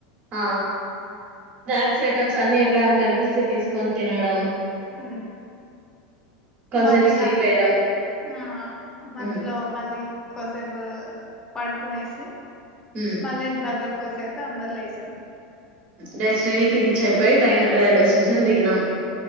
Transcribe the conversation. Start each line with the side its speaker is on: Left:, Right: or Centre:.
Right: ఆ స్నాక్స్ ఐటెమ్స్ అన్ని ఎక్కడైనా కనిపిస్తే తీసుకొని తినడం
Left: హ్
Right: కొంతసేపు
Left: మళ్ళీ
Right: స్లీప్
Left: అ
Right: వేయడం
Left: ఆ మధ్యలో
Right: ఉమ్
Left: మళ్ళీ కొదిసేపు పడుకునేసి
Right: ఉమ్
Left: మళ్ళీ దగ్గర కోచ్చాక అందరులేసాం
Right: డెస్టినీకి రీచ్ అయిపోయి ట్రైన్ రైల్వే స్టేషన్ దిగినాం